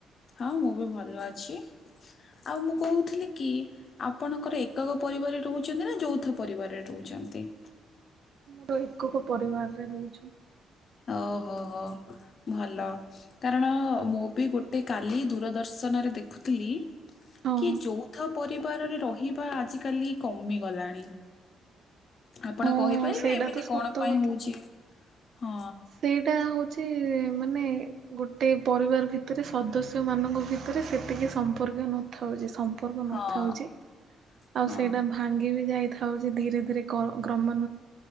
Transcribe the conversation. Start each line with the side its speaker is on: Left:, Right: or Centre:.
Left: ହଁ ମୁଁ ବି ଭଲ ଅଛି। ଆଉ ମୁଁ କହୁଥିଲି କି ଆପଣଙ୍କର ଏକକ ପରିବାରରେ ରହୁଛନ୍ତି ନା ଯୌଥ ପରିବାରରେ ରହୁଛନ୍ତି?
Right: ତ ଏକକ ପରିବାରରେ ରହୁଛୁ।
Left: ଓହୋ ହୋ ଭଲ କାରଣ ମୁଁ ବି ଗୋଟେ କାଲି ଦୂରଦର୍ଶନରେ ଦେଖୁଥିଲି
Right: ହଁ
Left: କି ଯୌଥ ପରିବାରରେ ରହିବା ଆଜିିକାଲି କମିଗଲାଣି। <inaudible> ଆପଣ
Right: ହଁ
Left: କହିପାରିବେ
Right: ସେଇଟା
Left: ଏମିତି
Right: ତ
Left: କଣ
Right: ସତ
Left: ପାଇଁ
Right: କଥା।
Left: ହଉଛି? ହଁ
Right: ସେଇଟା ହଉଛି ମାନେ ଗୋଟେ ପରିବାର ଭିତରେ ସଦସ୍ୟ ମାନଙ୍କ ଭିତରେ ସେତିକି ସମ୍ ପୁଣ୍ୟ ନଥାଉଛି ସମ୍ପର୍କ
Left: ହଁ
Right: ନଥାଉଛି ଆଉ
Left: ହଁ
Right: ସେଇଟା ଭାଙ୍ଗି ବି ଯାଇ ଥାଉଛି ଧୀରେ ଧୀରେ ରମ